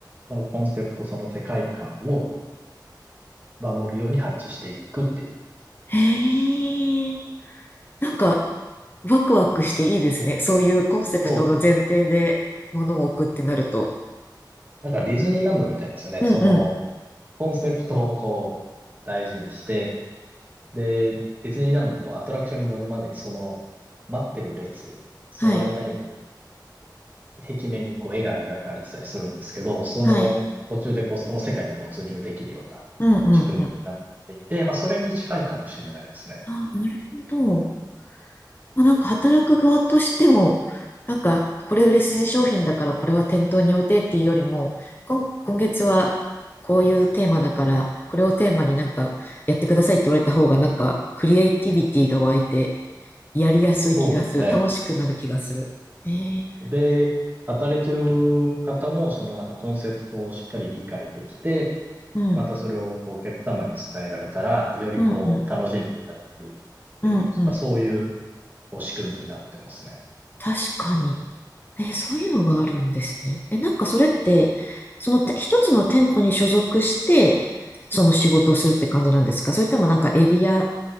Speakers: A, on the right (about 25°); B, on the left (about 25°).
A: そのコンセプト、その世界観を守るように配置していくっていう。
B: へえ。なんか、ワクワクしていいですね。そういうコンセプトが前提で物を置くってなると。
A: そうです。なんかディズニーランドみたいですよね。
B: うんうん。
A: その、コンセプトをこう、大事にして、で、ディズニーランドもこう、アトラクションに乗るまでに、その、待ってる列、その間にもこ
B: はい。
A: 壁面にこう絵が描かれてたりするんですけど、その途中でこうその世界に没入できるような仕組みになっていて、
B: はい。うんうんうん。
A: まあそれに近いかもしれないですね。
B: ああ、なるほど。まあ、なんか働く側としても、なんかこれ売れ筋商品だからこれは店頭に置いてっていうよりも、今、今月はこういうテーマだからこれをテーマになんかやってくださいって言われた方がなんかクリエイティビティが湧いてやりやすい気がする。
A: そうですね。
B: 楽しくなる気がする。えー、
A: で、働いてる方もそのなんかコンセプトをしっかり理解できて、
B: うん、
A: またそれをこうお客様に伝えられたら、よりこう楽しんでいただけるっていう、
B: うん、うん、うん、うん。
A: まあ、そういうこう仕組みになってますね。
B: 確かに。え、そういうのがあるんですね。え、なんかそれって、そのて一つの店舗に所属して、その仕事をするって感じなんですかそれともなんかエリア